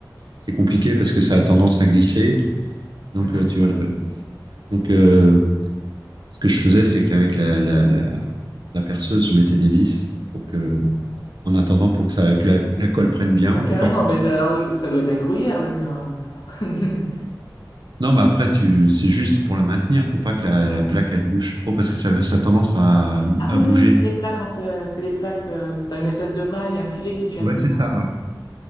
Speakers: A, on the right (about 70°); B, on the left (about 65°).
A: C'est compliqué parce que ça a tendance à glisser. Donc,
B: Mhm.
A: euh, tu vois, le- donc euh, ce que je faisais, c'est qu'avec la, la, la, la perceuse, je mettais des vis pour que, en attendant, pour que ça, que la, la colle prenne bien,
B: Ah, carrément,
A: pour pas que ça
B: mais ça, ça doit être un gruyère le mur. hein. <laughs>
A: Non, mais après, tu, c'est juste pour la maintenir, pour pas que la, la
B: Ouais.
A: plaque, elle bouge trop, parce que ça, ça a tendance à,
B: Ah
A: à
B: oui,
A: bouger.
B: oui, c'est des plaques, en- c'est c'est des plaques, euh, t'as une espèce de maille, un filet qui tient
A: Ouais,
B: tous
A: c'est
B: les morceaux.
A: ça, ouais.